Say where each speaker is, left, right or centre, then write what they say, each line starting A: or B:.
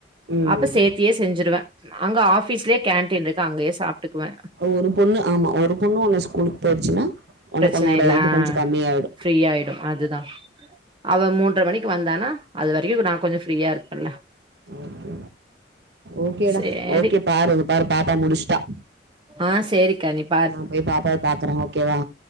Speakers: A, on the right (about 60°); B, on the right (about 25°).
A: ம்
B: அப்ப சேத் த்தியே செஞ்சிருவே அங்க ஆஃபீஸ்லேக் கேன்டீன் ருக்கு அங்கியே சாப் டுக்வே
A: ஒருப் பொண்ணு ஆமா ஒருப் பொண்ணு ஒன்னு ஸ்கூலுக் போயிடுச்சினா ஒனக்
B: பிரச்சன
A: ஒன்னோட
B: இல்ல
A: இது
B: ஆ
A: கொஞ்சோ கம்மியாய்டு
B: ஃப்ரீ ஆயிடு அதுதா அவெ மூன்ற மணிக்கு வந்தானா அது வெரியு நா கொஞ்சோ ஃப்ரீயா இருப்பல்ல
A: ஓகே ஓகேடா
B: சேரி
A: ஓகே பாரு இதுப் பாரு பாப்பா முடிச்ட்டா
B: ஆ சேரிக் கணிப்
A: நாப் போயி பாப்பாவப் பாக்கற ஓகேவா